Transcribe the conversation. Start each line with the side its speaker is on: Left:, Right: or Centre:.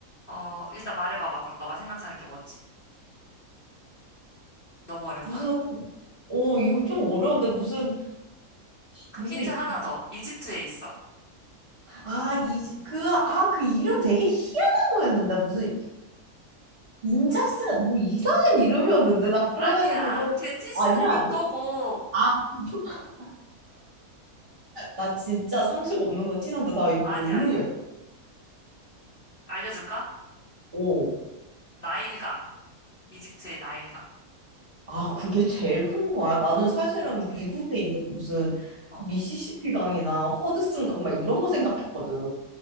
Left: 어, 일단 말해봐봐. 그럼 너가 생각하는 게 뭔지. 너무 어렵나?
Right: 무슨, 어, 이거 좀 어려운데 무슨
Left: 그럼
Right: 무슨
Left: 힌트 하나 더. 이집트에 있어.
Right: 아, 이, 그, 아, 그 이름 되게 희한한 거였는데. 무슨 인자스, 뭐 이상한 이름이었는데. 나 그래가지고
Left: 아니야.
Right: 그거,
Left: 겐지스는
Right: 아니야,
Left: 인도고.
Right: 아니야? 아, <laughs> 나 진짜 상식 없는 거 티난다. 나 이거
Left: 아니야,
Right: 모르겠어.
Left: 아니야. 알려줄까?
Right: 오.
Left: 나일강. 이집트의 나일강.
Right: 아, 그게 제일 큰 거야. 나는 사실은
Left: 그렇다네.
Right: 미국에 있는 무슨
Left: 어.
Right: 미시시피 강이나 허드슨 강 막 이런 거 생각했거든.